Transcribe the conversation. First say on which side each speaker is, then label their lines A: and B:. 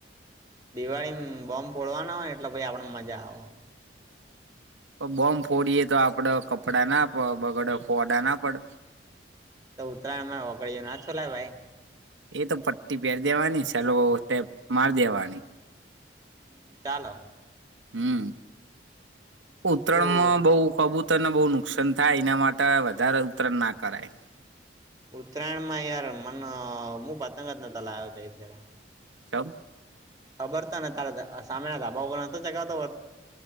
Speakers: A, on the right; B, on the right.
A: દિવાળી બૉમ્બ ફોડવાના હોય એટલે પહિ આપડે ને મજા આવે.
B: તો બોમ્બ ફોડીએે તો આપડે કપડાં ના બગડે ફોડા ના પડ.
A: તો ઉત્તરાયણ માં ઓગળયો ના છોલાય.
B: ઈ તો પટ્ટી પેર દેવાની છે સેલોટેપ માર દેવાની.
A: ભાઈ ચાલો.
B: હમ ઉતરાયણમાં
A: શું
B: બહ કબૂત તર ન બહુ નુકસાન થાય એના માટે વધારે ઉત્તરાયણ ના કરાય.
A: ઉત્તરાયણ માં યાર મન હું પતંગ જ ન લાયો જાય.
B: <inaudible>
A: ખબર તા ને તારે સામેના ધાબા પણ નતો ચગાવતો.